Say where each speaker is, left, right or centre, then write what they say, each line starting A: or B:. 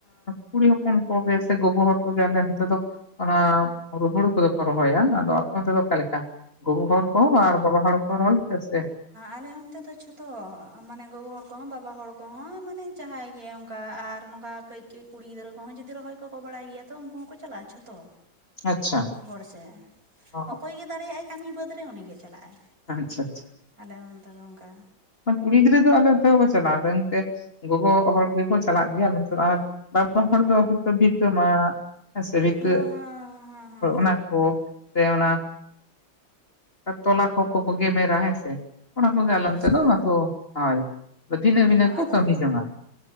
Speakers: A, on the left; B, on the right.
A: ᱠᱩᱲᱤ ᱦᱚᱯᱚᱱ ᱠᱚᱜᱮ ᱥᱮ ᱜᱚᱜᱚ ᱦᱚᱲ ᱠᱚᱜᱮ ᱟᱞᱮ ᱚᱱᱛᱮ ᱫᱚ ᱚᱱᱟ ᱦᱩᱬᱩ ᱠᱚᱫᱚ ᱠᱚ ᱨᱚᱦᱚᱭᱟ᱾ ᱟᱫᱚ ᱟᱯᱮ ᱚᱱᱚᱛ ᱫᱚ ᱚᱠᱟᱞᱮᱠᱟ ᱜᱚᱜᱚ ᱦᱚᱲ ᱠᱚ ᱟᱨ ᱵᱟᱵᱟ ᱦᱚᱲ ᱦᱚᱠᱚ ᱨᱚᱦᱚᱭᱟ ᱜᱮᱭᱟ ᱥᱮ?
B: ᱟᱞᱮ ᱚᱱᱛᱮ ᱫᱚ ᱡᱷᱚᱛᱚ ᱢᱟᱱᱮ ᱜᱚᱜᱚ ᱦᱚᱲ ᱠᱚᱦᱚᱸ ᱵᱟᱵᱟ ᱦᱚᱲ ᱠᱚᱦᱚᱸ ᱢᱟᱱᱮ ᱡᱟᱦᱟᱸᱭ ᱜᱮ ᱚᱱ ᱠᱟ ᱟᱨ ᱱᱚᱝᱠᱟ ᱠᱟᱹᱡ ᱠᱟᱹᱡ ᱠᱩᱲᱤ ᱜᱤᱫᱽᱨᱟᱹ ᱠᱚᱦᱚᱸ ᱡᱩᱫᱤ ᱨᱚᱦᱚᱭ ᱠᱚᱠᱚ ᱵᱟᱲᱟᱭ ᱜᱮᱭᱟ ᱛᱚ ᱩᱱᱠᱩ ᱦᱚᱸᱠᱚ ᱪᱟᱞᱟᱜᱼᱟ ᱡᱷᱚᱛᱚ᱾
A: ᱟᱪᱪᱷᱟ
B: ᱜᱚᱲ ᱥᱮ
A: ᱚ
B: ᱚᱠᱚᱭ ᱜᱮ ᱫᱟᱲᱮᱭᱟᱜᱼᱟᱭ ᱠᱟᱹᱢᱤ ᱵᱟᱹᱫᱽ ᱨᱮ ᱩᱱᱤ ᱜᱮᱭ ᱪᱟᱞᱟᱜᱼᱟᱭ᱾
A: ᱟᱪᱪᱷᱟ ᱟᱪᱪᱷᱟ
B: ᱟᱞᱮ ᱚᱱᱛᱮ ᱫᱚ ᱚᱱᱠᱟ,
A: ᱠᱩᱲᱤ ᱜᱤᱫᱽᱟᱹ ᱫᱚ ᱟᱞᱮ ᱚᱱᱛᱮ ᱦᱚᱸᱠᱚ ᱪᱟᱞᱟᱜᱼᱟ ᱟᱫᱚ ᱮᱱᱛᱮ ᱜᱚᱜᱚ ᱦᱚᱲ ᱜᱮᱠᱚ ᱪᱟᱞᱟᱜ ᱜᱮᱭᱟ ᱱᱚᱱᱛᱮ ᱟᱨ ᱵᱟᱵᱟ ᱦᱚᱲ ᱫᱚ ᱦᱚᱭᱛᱚ ᱵᱷᱤᱛᱟᱹ ᱢᱟᱜ, ᱦᱮᱸ ᱥᱮ ᱵᱷᱤᱛᱟᱹ
B: ᱦᱮᱸ ᱦᱮᱸ ᱦᱮᱸ ᱦᱮᱸ
A: ᱚᱱᱟ ᱠᱚ, ᱥᱮ ᱚᱱᱟ ᱛᱚᱞᱟ ᱠᱚᱦᱚᱸ ᱠᱚ ᱜᱮᱢᱮᱨᱟ ᱦᱮᱸᱥᱮ᱾ ᱚᱱᱟ ᱠᱚᱜᱮ ᱟᱞᱮ
B: ᱟᱪᱪᱷᱟ
A: ᱚᱱᱛᱮᱫᱚ ᱟᱫᱚ ᱦᱳᱭ ᱵᱷᱤᱱᱟᱹ ᱵᱷᱤᱱᱟᱹ
B: ᱚ
A: ᱠᱚ
B: ᱟᱫᱚ
A: ᱠᱟᱹᱢᱤ ᱡᱚᱝᱟ